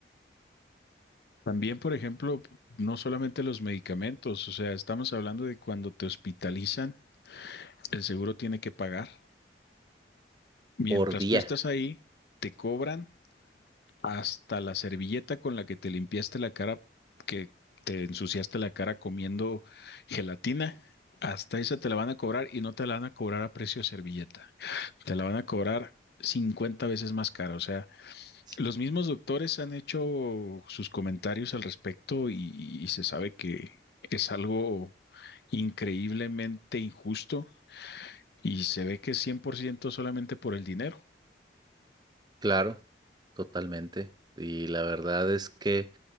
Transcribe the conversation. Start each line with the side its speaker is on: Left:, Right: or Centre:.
Left: También, por ejemplo, no solamente los medicamentos, o sea, estamos hablando de cuando te hospitalizan, el seguro tiene que pagar. Mientras
Right: por día.
Left: tú estás ahí, te cobran Hasta la servilleta con la que te limpiaste la cara, que te ensuciaste la cara comiendo gelatina, hasta esa te la van a cobrar y no te la van a cobrar a precio de servilleta. Te la van a cobrar 50 veces más cara. O sea,
Right: Sí.
Left: los mismos doctores han hecho sus comentarios al respecto y, y se sabe que es algo increíblemente injusto y se ve que es 100% solamente por el dinero.
Right: Claro, totalmente. Y la verdad es que